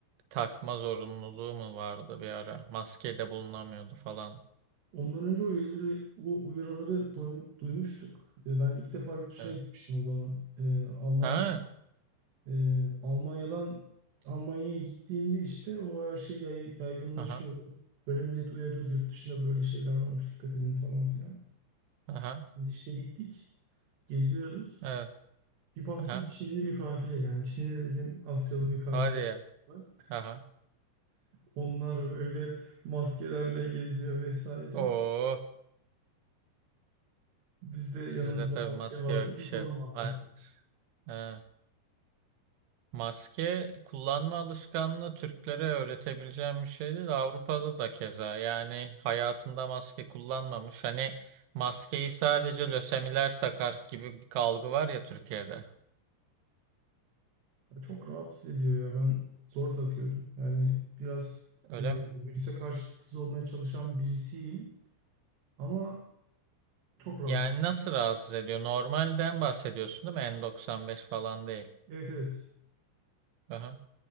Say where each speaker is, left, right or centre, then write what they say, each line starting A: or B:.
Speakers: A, on the right; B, on the right.
A: takma zorunluluğu mu vardı bir ara? Maske de bulunamıyordu falan.
B: Ondan önce o üyeleri, o uyarıları doym- duymuştuk. E, Ben ilk defa yurt dışına
A: Evet.
B: gitmiştim o zaman. E, Almanya,
A: Ha.
B: e, Almanya'dan Almanya'ya gittiğimde işte o her şey yay- yaygınlaşıyordu.
A: Aha.
B: Böyle millet uyarıyordu yurt dışında böyle şeyler varmış dikkat edin falan filan.
A: Aha.
B: Biz işte gittik, geziyoruz.
A: Evet.
B: Bir baktım
A: Aha.
B: Çinli bir kafile yani Çinli dedim Asyalı bir kafile.
A: Hadi ya.
B: var.
A: Aha.
B: Onlar böyle maskelerle geziyor vesaire.
A: Oo.
B: Bizde yanımızda
A: Sizde tabii
B: maske
A: maske
B: vardı.
A: yok
B: İlk
A: bir şey
B: o
A: yok.
B: zaman taktık.
A: Ha. Ha. Maske kullanma alışkanlığı Türklere öğretebileceğim bir şey değil. Avrupa'da da keza. Yani hayatında maske kullanmamış. Hani maskeyi sadece lösemiler takar gibi bir algı var ya Türkiye'de.
B: Ya Çok rahatsız ediyor ya. Ben zor takıyorum. Yani biraz
A: Öyle
B: e,
A: mi?
B: virüse karşı titiz olmaya çalışan birisiyim ama çok rahatsız.
A: Yani nasıl rahatsız ediyor? Normalden bahsediyorsun değil mi? N95 falan değil.
B: Evet evet.
A: Aha.